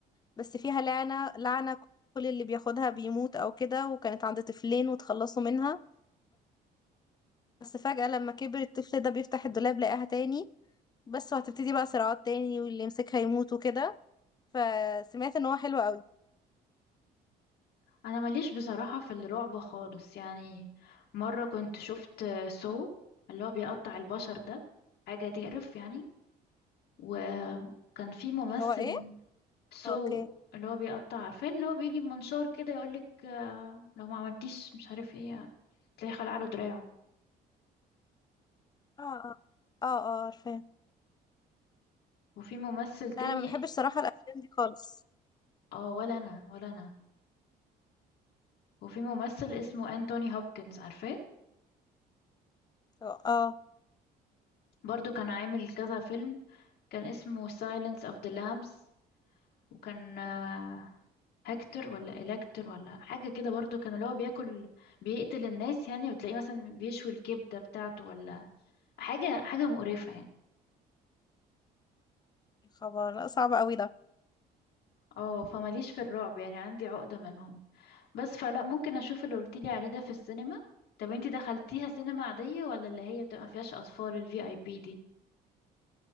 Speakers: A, on the left; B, on the left.
A: بس فيها لعنة لعنة كل اللي بياخدها بيموت أو كده وكانت عند طفلين وتخلصوا منها بس فجأة لما كبر الطفل ده بيفتح الدولاب لقاها تاني بس وهتبتدي بقى صراعات تاني واللي يمسكها يموت وكده فسمعت ان هو حلو قوي
B: انا ماليش بصراحة في الرعب خالص يعني مرة كنت شفت سو اللي هو بيقطع البشر ده حاجة تقرف يعني وكان في ممثل
A: اللي هو ايه
B: سو
A: اوكي
B: اللي هو بيقطع عارفاه اللي هو بيجي بمنشار كده يقولك آه، لو ما عملتيش مش عارف ايه تلاقي خلع له دراعه
A: اه اه اه اه عارفاه
B: وفي ممثل تاني
A: لا انا ما بحبش صراحة الافلام دي خالص
B: اه ولا انا ولا انا وفي ممثل اسمه انتوني هوبكنز عارفاه
A: اه آه.
B: برضو كان عامل كذا فيلم كان اسمه Silence of the Lambs وكان آه، هكتور ولا إلكتور ولا حاجة كده برضو كان اللي هو بياكل بيقتل الناس يعني وتلاقيه مثلا بيشوي الكبدة بتاعته ولا حاجة حاجة مقرفة يعني
A: يا خبر لا صعب قوي ده
B: اه فماليش في الرعب يعني عندي عقدة منهم بس فلا ممكن أشوف اللي قلتيلي عليه ده في السينما طب انتي دخلتيها سينما عادية ولا اللي هي بتبقى مفيهاش أطفال الفي اي بي دي